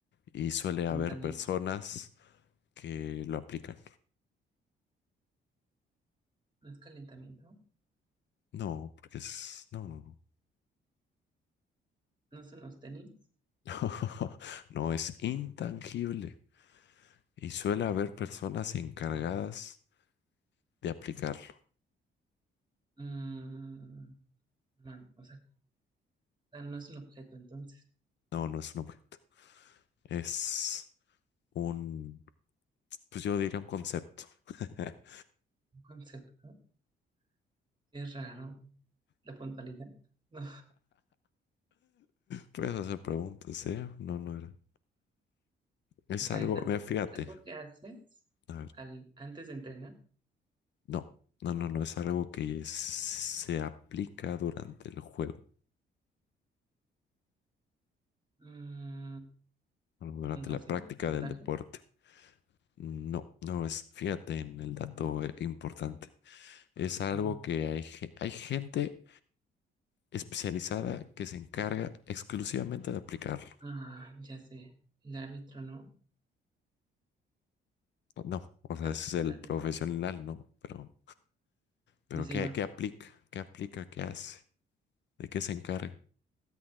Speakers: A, on the left (about 65°); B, on the right (about 25°).
A: y suele
B: calentamiento.
A: haber personas que lo aplican.
B: ¿No es calentamiento?
A: No, porque es, no, no,
B: ¿No son los tenis?
A: no, <laughs> no es intangible y suele haber personas encargadas de aplicarlo.
B: Mm, no, o sea, ah, no es un objeto, entonces,
A: No, no es un objeto, es un, pues yo diría un concepto. <laughs>
B: un concepto. Es raro. La puntualidad. <laughs> No.
A: Puedes hacer preguntas, ¿eh? No, no era. Es
B: O sea,
A: algo,
B: es algo,
A: mira, fíjate,
B: algo que haces
A: a ver,
B: al, antes de entrenar.
A: no, no, no, no es algo que es- se aplica durante el juego,
B: Mm,
A: o durante
B: puntuación,
A: la práctica
B: puntaje.
A: del deporte. No, no es, fíjate en el dato eh, importante. Es algo
B: Mm,
A: que hay, ge- hay gente especializada que se encarga exclusivamente de aplicarlo.
B: ah, ya sé. El árbitro, ¿no?
A: No, o sea,
B: Ar-
A: ese es el
B: árbitro.
A: profesional, ¿no? Pero, pero
B: El silbato.
A: ¿qué, qué aplica? ¿Qué aplica? ¿Qué hace? ¿De qué se encarga?